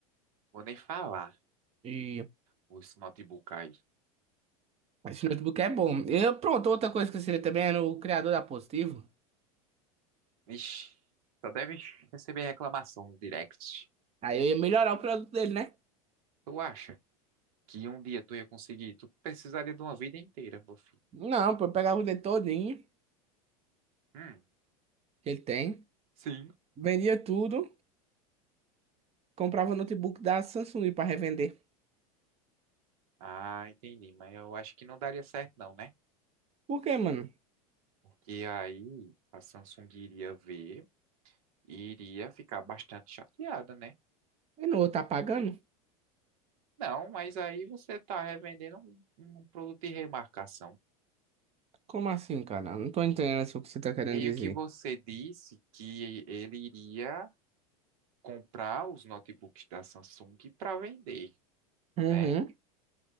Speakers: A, on the right; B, on the right.
A: vou nem falar.
B: E
A: Os notebook aí.
B: esse notebook é bom. Eu, pronto, outra coisa que eu seria também era o criador da Positivo.
A: Ixi, só deve receber reclamação no direct.
B: Aí eu ia melhorar o produto dele, né?
A: Tu acha que um dia tu ia conseguir? Tu precisaria de uma vida inteira, meu filho.
B: Não, pô, eu pegava o dente todinho
A: Hum,
B: que ele tem,
A: sim.
B: vendia tudo, comprava o notebook da Samsung pra revender.
A: Ah, entendi. Mas eu acho que não daria certo, não, né?
B: Por quê, mano?
A: Porque aí a Samsung iria ver e iria ficar bastante chateada, né?
B: Eu não vou tá pagando?
A: Não, mas aí você tá revendendo um, um produto de remarcação.
B: Como assim, cara? Não tô entendendo assim, o que você tá querendo
A: Meio
B: dizer.
A: que você disse que ele iria comprar os notebooks da Samsung para vender,
B: Uhum,
A: né?